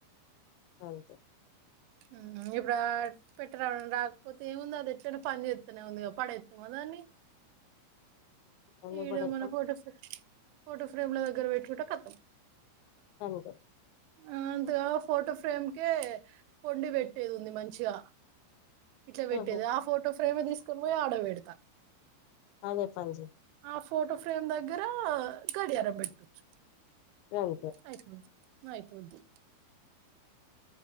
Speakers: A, on the left; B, on the right.
A: అంతే
B: మ్మ్ ఇప్పుడాట్ పెట్టరా రాకపోతే ఏముంది అది ఎట్లానా పని చేస్తనే ఉందిగా పడేస్తామా దాన్ని
A: ఎందుకు
B: ఈడ
A: పడేత్తావ్
B: మన ఫోటో ఫోటో ఫ్రేమ్ లో దగ్గర పెట్టింటే కతం
A: అంతే
B: అంతగా ఫోటో ఫ్రేమ్కే కొండి పెట్టేది ఉంది మంచిగా. ఇట్లా పెట్టేది
A: ఉహు
B: ఆ ఫోటో ఫ్రేమ్ తీసుకొని పోయి ఆడ పెడతా.
A: అదే పని చెయ్.
B: ఆ ఫోటో ఫ్రేమ్ దగ్గర గడియారం పెట్టొచ్చు.
A: గంతే.
B: అయిపోద్ది అయిపోద్ది.